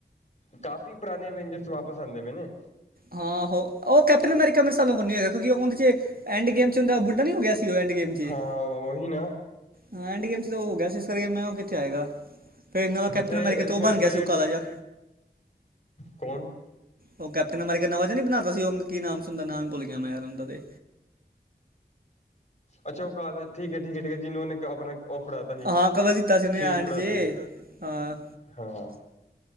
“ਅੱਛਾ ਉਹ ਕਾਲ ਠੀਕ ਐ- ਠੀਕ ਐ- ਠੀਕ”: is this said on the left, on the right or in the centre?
Left